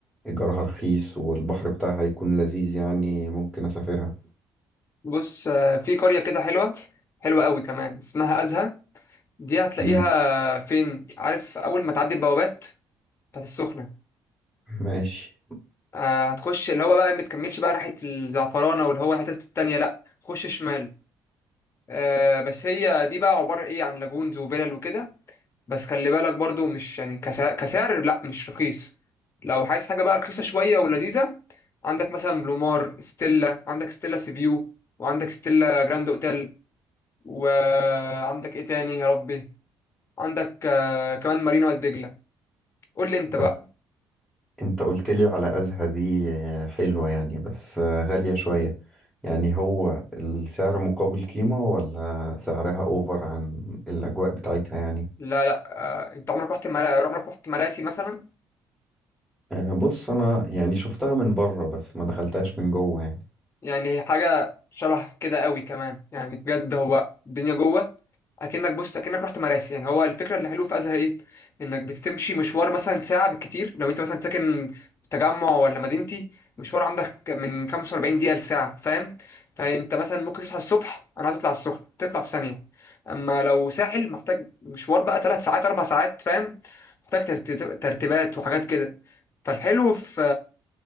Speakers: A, in the centre; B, on the left.
A: ايجارها رخيص والبحر بتاعها يكون لذيذ يعني ممكن اسافرها
B: بص آه، في قرية كده حلوة حلوة قوي كمان اسمها أزهى دي هتلاقيها
A: مم.
B: فين عارف أول ما تعدي البوابات بتاعت السخنة
A: ماشي
B: آه، هتخش اللي هو بقى ما تكملش بقى ناحية الزعفرانة واللي هو الحتت التانية لأ خش شمال آه، بس هي دي بقى عبارة إيه عن لاجونز وفيلل وكده بس خلي بالك برضو مش يعني كسا- كسعر لأ مش رخيص لو عايز حاجة بقى رخيصة شوية ولذيذة عندك مثلا بلومار ستيلا عندك ستيلا سيفيو وعندك ستيلا جراند اوتيل وعندك ايه تاني يا ربي عندك آه كمان مارينا والدجله قول لي انت بقى
A: بس انت قلت لي على أزهى دي آه، حلوة يعني بس آه، غالية شوية يعني هو السعر مقابل قيمة ولا سعرها اوفر عن الأجواء بتاعتها يعني
B: لا لا آه انت عمرك رحت مرا... عمرك رحت مراسي مثلا
A: آه، بص أنا يعني شفتها من بره بس ما دخلتهاش من جوه يعني
B: يعني هي حاجة شبه كده قوي كمان يعني بجد هو الدنيا جوه اكنك بص اكنك رحت مراسي يعني هو الفكرة اللي حلوه في ازها ايه انك بتمشي مشوار مثلا ساعة بالكتير لو انت مثلا ساكن في تجمع ولا مدينتي مشوار عندك من 45 دقيقة لساعة فاهم فانت مثلا ممكن تصحى الصبح انا عايز اطلع السخنة تطلع في ثانية اما لو ساحل محتاج مشوار بقى ثلاث ساعات اربع ساعات فاهم محتاج ترتيب- ترتيبات وحاجات كده فالحلو في